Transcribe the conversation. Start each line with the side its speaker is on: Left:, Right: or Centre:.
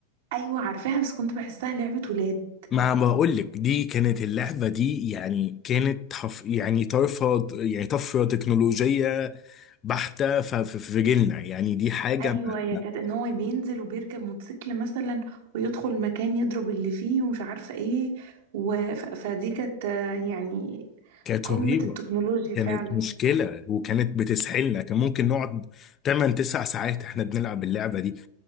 Right: ايوه عارفاها بس كنت بحسها لعبة ولاد
Left: ما بقول لك دي كانت اللعبه دي يعني كانت حف يعني طرفه يعني طفره تكنولوجيه بحته ف- ف- في جيلنا يعني دي حاجه
Right: ايوه
Left: ما-
Right: يا
Left: ما-
Right: كانت ان هو بينزل وبيركب موتوسيكل مثلا ويدخل المكان يضرب اللي فيه ومش عارفة ايه و... ف- فدي كانت آه، يعني
Left: كانت
Right: قمة
Left: رهيبه
Right: التكنولوجيا
Left: كانت
Right: فعلا
Left: مشكله وكانت بتسحلنا كان ممكن نقعد 8 9 ساعات احنا بنلعب اللعبه دي